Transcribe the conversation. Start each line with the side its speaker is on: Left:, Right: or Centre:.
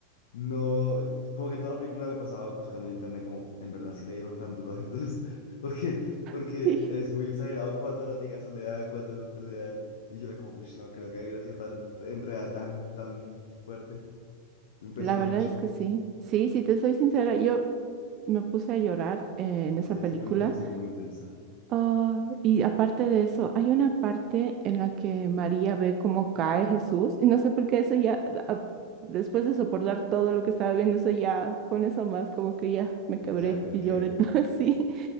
Left: no, como que toda la película me pasaba buscando en internet, como en verdad sí le dieron tan duro a Jesús. <laughs> Porque, porque
Right: <laughs> Sí.
Left: es muy exagerado cuántos latigazos le dan, cuántos golpes le dan. Y yo era como, ush, no creo que hubiera sido tan, en real, tan, tan fuerte. Me impresiona
Right: La verdad
Left: mucho.
Right: es que sí. Sí, si te soy sincera, yo me puse a llorar eh, en
Left: Sí,
Right: esa
Left: es
Right: película.
Left: muy intensa, es muy intensa.
Right: Ah, y aparte de eso, hay una parte en la que María ve cómo cae Jesús. Y no sé por qué eso ya, ah, después de soportar todo lo que estaba viendo, eso ya, con eso más, como que ya me
Left: Y
Right: quebré
Left: Jack, ok.
Right: y lloré. <laughs> Sí,